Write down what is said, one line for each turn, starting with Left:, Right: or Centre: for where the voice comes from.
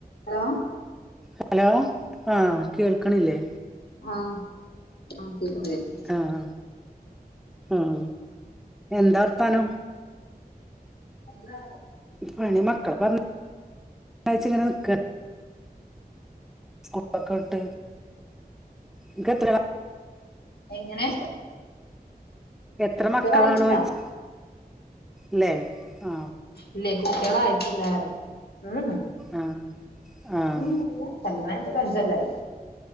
Left: ഹലോ
Centre: ഹലോ ആഹ് കേൾക്ക്ണില്ലേ
Left: ആഹ് ആഹ് കേക്ക്ണ്ട് കേക്ക്ണ്ട്
Centre: ആഹ് ആഹ് എന്താ വർത്താനം
Left: എന്താ
Centre: പണി മക്കളെ പറഞ്ഞയച്ചിങ്ങനെ നിക്കാണ് സ്കൂളൊക്കെ വിട്ട് ങ്ങക്ക് എത്രാളാ
Left: എങ്ങനെ
Centre: എത്ര
Left: കുട്ട്യാളായിട്ടില്ല
Centre: മക്കളാണോയിച്ച ല്ലെ ആ
Left: ഇല്ലേ കുട്ട്യാളായിട്ടില്ലറിയാ ഉം ഉം
Centre: ആഹ് ആഹ്
Left: ഉം ഇല്ല കല്യാണം കഴിഞ്ഞിട്ടഞ്ചൊല്ലായി